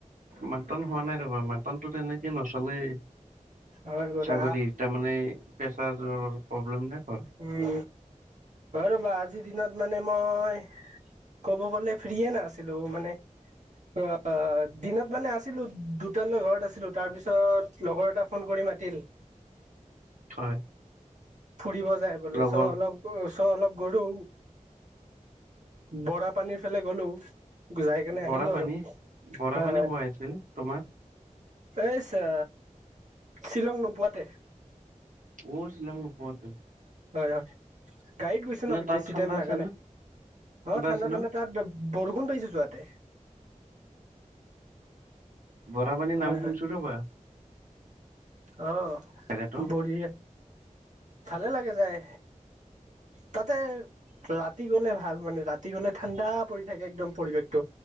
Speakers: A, on the right (about 85°); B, on the right (about 65°).
A: মাটন খোৱা নাই ৰবা, মাটনতো তেনেকে নচলেই
B: হয় বাৰু
A: ছাগলীৰ। তাৰ মানে প্ৰেচাৰৰ প্ৰব্লেম ন ঘৰ
B: উম, হয় ৰ'বা আজি দিনত মানে মই ক'ব গ'লে ফ্ৰিয়ে নাছিলো মানে। অ দিনত মানে আছিলো দুটালৈ ঘৰত আছিলো, তাৰ পিছত লগৰ এটা ফোন কৰি মাতিল।
A: হয়।
B: ফুৰিব যায় বোলে,
A: লগৰ
B: চ' অলপ ওচৰ অলপ গৰু' বৰাপানীৰ ফালে গলো। যাই কেনে আহিলো
A: বৰা
B: আৰু,
A: পানী বৰা
B: হয়
A: পানী
B: হয়।
A: খোৱাইছিল তোমাৰ
B: এই চে শ্বিলং নোপোৱাতে।
A: ও শ্বিলং নোপোৱাতেই।
B: হয় হয় গাড়ীত গৈছো ন,
A: তাত
B: বেছি
A: ঠাণ্ডা
B: টাইম লাগা
A: আছে
B: নাই।
A: ন
B: অ ঠাণ্ডা
A: আছে
B: ঠাণ্ডা
A: ন
B: তাত বৰষুণ পাইছো যোৱাতে।
A: বৰাপানীৰ
B: হয়
A: নাম শুনছো ৰ'বা।
B: অহ
A: জেগাটো
B: বঢ়িয়া, ভালে লাগে যায়। তাতে ৰাতি গলে ভাল মানে, ৰাতি গলে ঠাণ্ডা পৰি থাকে একদম পৰিৱেশটো।